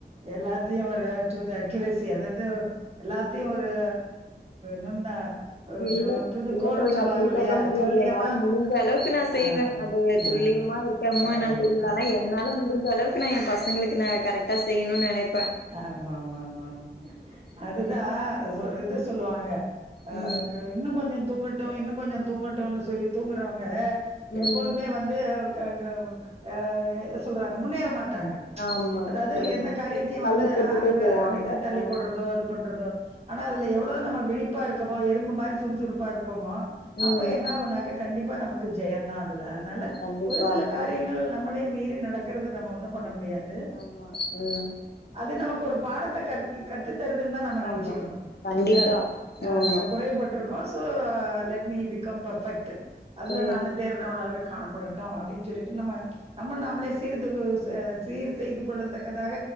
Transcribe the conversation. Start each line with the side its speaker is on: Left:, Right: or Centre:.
Right: எல்லாத்தையும் ஒரு ஆ டு அக்யூரெசி அதாது எல்லாத்தையும் ஒரு நுண்ண
Left: இல்ல
Right: டு டு த
Left: இல்லத்
Right: கோர்ன்னு
Left: தோழி
Right: சொல்லுவாங்க
Left: அப்டி
Right: இல்லையா
Left: சொல்ல முடியாது
Right: துல்லியமா
Left: என்னால முடிஞ்ச அளவுக்கு நான் செய்வேன்
Right: ஆ
Left: அது
Right: ஆ
Left: துல்லியமா இருக்கமோ
Right: பரவால்ல
Left: என்னு தெரில
Right: பரவா
Left: ஆனா என்னால முடி ஞ்ச அளவுக்கு நா என் பசங்களுக்கு நான் கரெக்டா செய்யனும்னு நெனைப்
Right: ஆமா ஆமா ஆமா ஆமா அதுதான் ஒரு இது சொல்லுவாங்க ஆ
Left: ம்
Right: இது இன்னும் கொஞ்சம் தூங்கட்டும் இன்னும் கொஞ்சம் தூங்கட்டும்னு சொல்லி தூங்குறவங்க
Left: ம்
Right: எப்போதுமே வந் து அது ப ஆ என்ன சொல்றாங்க முன்னேற மாட்டாங்க
Left: ஆமா
Right: அதாவது
Left: ஆ
Right: என்ன காரியத்தையும்
Left: தள்ளி
Right: வந்து
Left: போட்டுட்டே
Right: ஆ அது
Left: போவாங்க
Right: ஆ அப்டி தள்ளி
Left: ஆ
Right: போடுறது தோ அது பண்றதோ ஆனா அதுல எவ்ளோ நம்ம விழிப்பா இருக்கமோ எறும்பு மாரி சுறுசுறுப்பா இருப்போமோ
Left: ம்
Right: அப்ப என்ன ஆகனாக்க கண்டிப்பா நமக்கு ஜெயம்தான் அதுல அதனால
Left: ஆ கண்டிப்பா
Right: ஒரு சில காரியங்கள்
Left: ஆ
Right: நம்மளே மீறி நடக்கறது நம்ம ஒண்ணும் பண்ண முடியாது
Left: ஆமா ம்
Right: இது நமக்கு ஒரு பாடத்த கற்பி கற்றுத்தருதுன்னு தான் நம்ம நெனச்சுக்கணும்
Left: ஆமா கண்டிப்பா
Right: இல்லயா
Left: ஆமா
Right: அதுல குறையப்பட்டிருக்கோம் so let me become perfect அதுல
Left: ம்
Right: நா தேர் உலக காணப்படட்டும் அப்டின்னு சொல்லிட்டு நம்ம நம்ம நாமளே சீர்துகு அ சீர் செய்து கொள்ளத்தக்கதாக